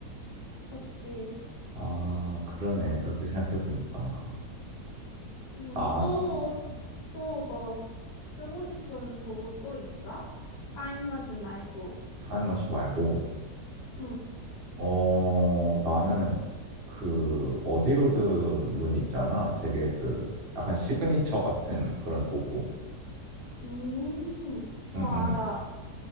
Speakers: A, on the left; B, on the right.
A: 그치.
B: 아, 그러네. 그렇게 생각해보니까.
A: 음,
B: 난,
A: 또,
B: 음,
A: 또 뭐 쓰고 싶은 도구 또 있어? 타임머신 말고.
B: 타임머신 말고,
A: 응.
B: 어, 나는, 그, 어디로든 문이 있잖아. 되게 그, 약간 시그니처 같은 그런 도구.
A: 음, 어,
B: 응, 응.
A: 알아.